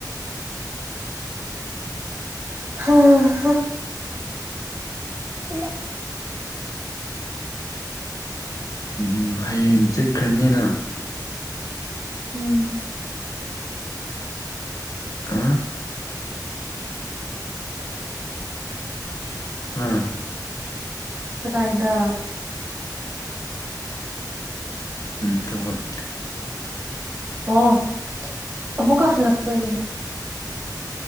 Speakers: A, on the right; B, on the left.
A: ꯍꯥꯥ ꯍꯥ ꯑꯌꯥ
B: ꯎꯝ ꯍꯌꯦꯡ ꯆꯠꯈ꯭ꯔꯅꯤꯅ
A: ꯎꯝ
B: ꯑ ꯍꯥ
A: ꯀꯗꯥꯏꯗ
B: ꯎꯝ ꯊꯕꯛ
A: ꯑꯣ ꯑꯃꯨꯛꯀ ꯍꯜꯂꯛꯇꯣꯏꯅꯦ